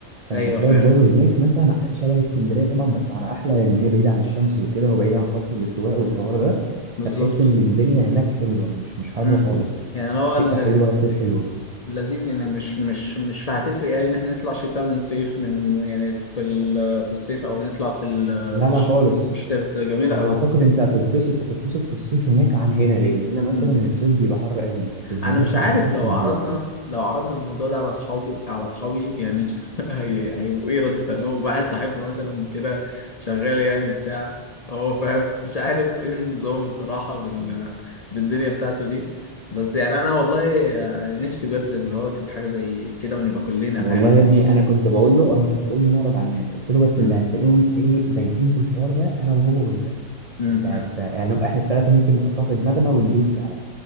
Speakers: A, on the right; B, on the left.
A: فانت
B: أيوة
A: تلاقي
B: فاهم
A: الجو هناك مثلا شبه اسكندريه طبعا بس على احلى لان هي بعيده عن الشمس وكده وبعيده عن خط الاستواء والحوار ده
B: بالظبط
A: فتحس ان الدنيا هناك حلوه مش مش حر
B: امم
A: خالص
B: يعني اللي هو
A: شتاء
B: ال-
A: حلوه صيف حلوه
B: اللذيذ يعني مش مش مش هتفرق يعني إن احنا نطلع شتاء من صيف من يعني في ال- في الصيف أو نطلع في ال-
A: لا
B: في الش-
A: لا خالص
B: الشتاء جميلة
A: انا
B: أوي
A: اعتقد انت هتتبسط هتتبسط في الصيف هناك عن هنا لان هنا مثلا
B: إمم.
A: الصيف بيبقى حر قوي لكن هناك
B: انا مش عارف
A: ما اعتقدش
B: لو
A: ان
B: عرضنا
A: بيبقى حر
B: لو عرضنا الموضوع ده على اصحابي على اصحابي يعني <laughs> هي... هيبقوا ايه رد فعلهم واحد صاحبنا مثلا كده شغال يعني وبتاع هو فاهم مش عارف ايه نظامه الصراحة بال...
A: <laughs>
B: بالدنيا بتاعته دي بس يعني انا والله نفسي بجد اللي هو تبقى حاجة زي كده ونبقى كلنا
A: والله
B: فاهم
A: يا ابني انا كنت بقول له انا كنت بقول له نعرض على الناس قلت له بس
B: مم.
A: اللي هتلاقيهم ايه دايسين في الحوار ده انا وهو وانت
B: مم.
A: اللي
B: لا
A: هت يعني نبقى احنا الثلاثه ممكن نحطها في دماغنا وندوس فعلا